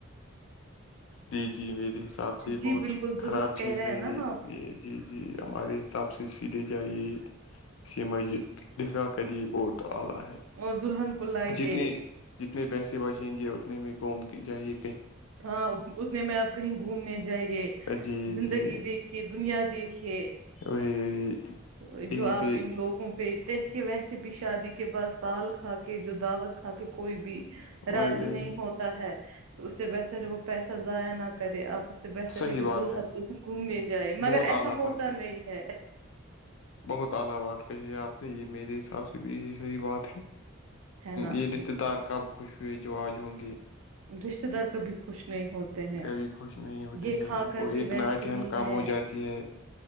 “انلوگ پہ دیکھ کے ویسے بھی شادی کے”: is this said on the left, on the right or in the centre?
Right